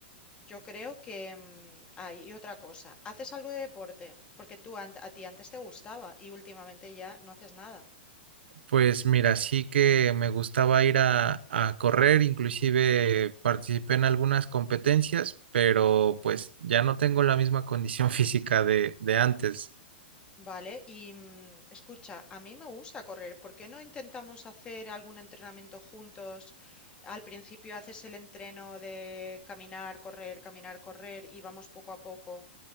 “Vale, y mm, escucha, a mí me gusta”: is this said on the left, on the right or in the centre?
Left